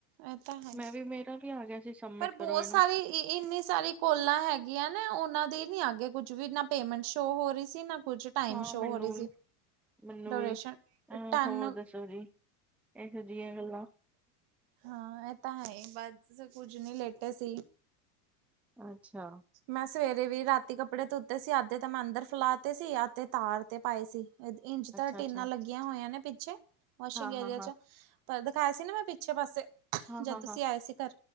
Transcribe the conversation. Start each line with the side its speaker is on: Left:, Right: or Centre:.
Right: ਇਹ ਤਾਂ ਹੈ
Centre: ਮੈਂ ਵੀ ਮੇਰਾ ਵੀ ਆ ਗਿਆ ਸੀ ਸਬਮਿਟ
Right: ਪਰ ਬਹੁਤ
Centre: ਕਰੋ ਇਹਨੂੰ
Right: ਸਾਰੇ ਇੰਨੇ ਸਾਰੇ ਕੋਲਾ ਹੈਗੀਆਂ ਨਾ ਉਹਨਾਂ ਦੀ ਨੀ ਅਗੇ ਕੁੱਝ ਵੀ ਨਾ ਪੇਮੈਂਟ ਸ਼ੋ ਹੋ ਰਹੀ ਸੀ ਨਾ ਕੁੱਝ ਟਾਈਮ
Centre: ਹਾਂ
Right: ਸ਼ੋਅ
Centre: ਮੈਨੂੰ
Right: ਹੋ ਰਹੀ ਸੀ।
Centre: ਵੀ ਮੈਨੂੰ
Right: ਡੋਰੇਸ਼ਨਸ਼ਨ
Centre: ਵੀ ਅਹ
Right: ਟੈਨ
Centre: ਹੋਰ
Right: ਹੂ
Centre: ਦੱਸੋ ਜੀ ਇਹੋ ਜਿਹੀਆਂ ਗੱਲਾਂ
Right: ਹਾਂ ਇਹ ਤਾਂ ਹੈ ਬਸ ਕੁੱਝ ਨਹੀਂ ਲੇਟੇ ਸੀ।
Centre: ਅੱਛਾ।
Right: ਮੈਂ ਸਵੇਰੇ ਵੀ ਰਾਤੀ ਕੱਪੜੇ ਧੂਤੇ ਸੀ ਅੱਧੇ ਤੇ ਮੈਂ ਅੰਦਰ ਫੈਲਾ ਤੇ ਸੀ ਅੱਧੇ ਤਾਰ ਤੇ ਪਾਏ ਸੀ। ਇੰਚ ਤਾਂ
Centre: ਅੱਛਾ
Right: ਟੇਨਾਂ
Centre: ਅੱਛਾ
Right: ਲੱਗੀਆਂ ਹੋਇਆ ਨੇ ਪਿੱਛੇ ਵਾਸ਼ਿੰਗ
Centre: ਹਾਂ
Right: ਏਰੀਆ
Centre: ਹਾਂ ਹਾਂ
Right: ਚ ਪਰ ਦਿਖਾਇਆ ਸੀ ਨਾ ਮੈਂ ਪਿੱਛੇ ਪਾਸੇ
Centre: ਹਾਂ
Right: ਜਦ
Centre: ਹਾਂ
Right: ਤੁਸੀਂ
Centre: ਹਾਂ
Right: ਆਏ ਸੀ ਘਰ